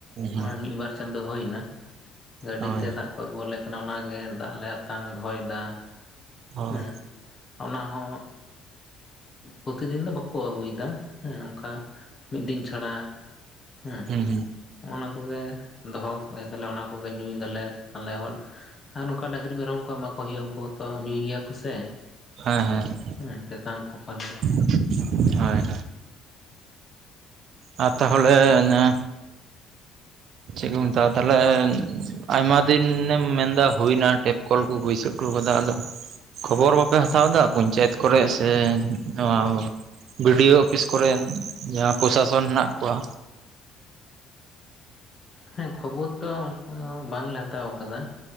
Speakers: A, on the right; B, on the left.
A: ᱦᱩᱸ
B: ᱱᱚᱜᱼᱚᱭ ᱢᱤᱫ ᱵᱟᱨ ᱪᱟᱸᱫᱚ ᱦᱳᱭ ᱮᱱᱟ ᱜᱟᱹᱰᱤ
A: ᱦᱳᱭ
B: ᱛᱮ ᱫᱟᱜ ᱠᱚ ᱟᱹᱜᱩᱣᱟᱞᱮ ᱠᱟᱱᱟ ᱚᱱᱟ ᱜᱮ ᱫᱟᱜ ᱞᱮ ᱟᱛᱟᱝ ᱫᱚᱦᱚᱭ ᱮᱫᱟ
A: ᱦᱳᱭ
B: ᱦᱮᱸ ᱚᱱᱟ ᱦᱚᱸ ᱯᱨᱚᱛᱤ ᱫᱤᱱ ᱫᱚ ᱵᱟᱠᱚ ᱟᱹᱜᱩᱭᱮᱫᱟ ᱦᱮᱸ ᱚᱱᱠᱟ ᱢᱤᱫ ᱫᱤᱱ ᱪᱷᱟᱰᱟ ᱦᱮᱸᱻ
A: ᱦᱩᱸ ᱦᱩᱸ
B: ᱱᱚᱜᱼᱚ ᱱᱚᱣᱟ ᱠᱚᱜᱮ ᱫᱚᱦᱚᱠ ᱮᱫᱟ ᱞᱮ ᱚᱱᱟ ᱠᱚᱜᱮ ᱧᱩᱭᱮᱫᱟᱞᱮ ᱟᱞᱮ ᱦᱚᱸ ᱟᱨ ᱱᱚᱝᱠᱟ ᱰᱟᱹᱝᱨᱤ ᱢᱮᱨᱚᱢ ᱠᱚ ᱮᱢᱟ ᱠᱚ ᱦᱩᱭᱩᱜᱼᱟ ᱩᱱᱠᱩ ᱦᱚᱛᱚ ᱧᱩᱭ ᱜᱮᱭᱟ ᱠᱚ ᱥᱮ
A: ᱦᱮᱸ ᱦᱮᱸ
B: ᱦᱮᱸ ᱛᱮᱛᱟᱝ ᱠᱚ ᱯᱟᱞᱮ ᱫᱚ
A: <inaudible> ᱦᱚᱭ ᱦᱚᱭ ᱟᱨ ᱛᱟᱦᱚᱞᱮ ᱱᱮ ᱪᱮᱫ ᱠᱚ ᱢᱮᱛᱟᱜᱼᱟ ᱛᱟᱦᱞᱮ ᱟᱭᱢᱟ ᱫᱤᱱ ᱮᱢ ᱢᱮᱱᱫᱟ ᱦᱩᱭᱱᱟ ᱴᱮᱯ ᱠᱚᱞ ᱠᱚ ᱵᱟᱹᱭᱥᱟᱹᱣ ᱦᱚᱴᱚ ᱠᱟᱫᱟ ᱟᱫᱚ ᱠᱷᱚᱵᱚᱨ ᱵᱟᱯᱮ ᱦᱟᱛᱟᱣ ᱮᱫᱟ ᱯᱚᱧᱪᱟᱭᱮᱛ ᱠᱚᱨᱮ ᱥᱮ ᱱᱚᱣᱟ ᱵᱤ. ᱰᱤ. ᱳ ᱚᱯᱷᱤᱥ ᱠᱚᱨᱮᱱ ᱡᱟᱦᱟᱸ ᱯᱨᱚᱥᱟᱥᱚᱱ ᱦᱮᱱᱟᱜ ᱠᱚᱣᱟ
B: ᱦᱮᱸ ᱠᱷᱚᱵᱚᱨ ᱫᱚ ᱚᱱᱠᱟ ᱵᱟᱝ ᱞᱮ ᱦᱟᱛᱟᱣ ᱟᱠᱟᱫᱟ